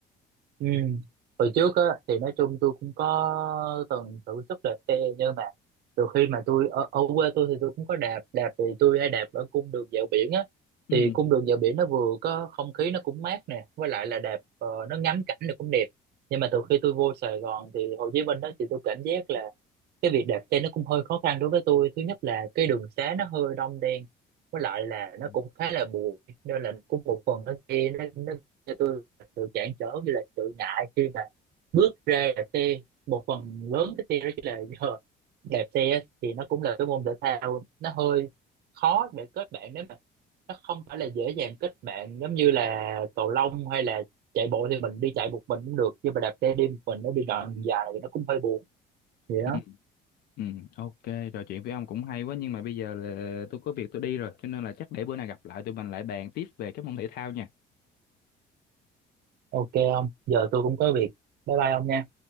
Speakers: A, on the right; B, on the left.
A: Ừ. Hồi trước á, thì nói chung tôi cũng có từng thử sức đạp xe nhưng mà từ khi mà tôi ở, ở quê tôi thì tôi cũng có đạp đạp thì tôi hay đạp ở cung đường dạo biển á
B: ừ
A: thì cung đường dạo biển nó vừa có không khí nó cũng mát nè với lại là đạp ờ, nó ngắm cảnh nó cũng đẹp nhưng mà từ khi tôi vô Sài Gòn thì Hồ Chí Minh đó thì tôi cảm giác là cái việc đạp xe nó cũng hơi khó khăn đối với tôi thứ nhất là cái đường xá nó hơi đông đen với lại là
B: Ừ.
A: nó cũng khá là bụi nên là cũng một phần nó kia nó nó cho tôi là sự cản trở như là sự ngại khi mà bước ra đạp xe một phần lớn cái xe đó chỉ là giờ đạp xe á, thì nó cũng là cái môn thể thao nó hơi khó để kết bạn nếu mà nó không phải là dễ dàng kết bạn giống như là cầu lông hay là chạy bộ thì mình đi chạy một mình cũng được nhưng mà đạp xe đi một mình nó đi đoạn dài thì nó cũng hơi buồn vậy đó
B: ừ Ừ, ok, trò chuyện với ông cũng hay quá nhưng mà bây giờ là tôi có việc tôi đi rồi, cho nên là chắc để bữa nào gặp lại tụi mình lại bàn tiếp về các môn thể thao nha.
A: ok không giờ tôi cũng có việc bye bye ông nha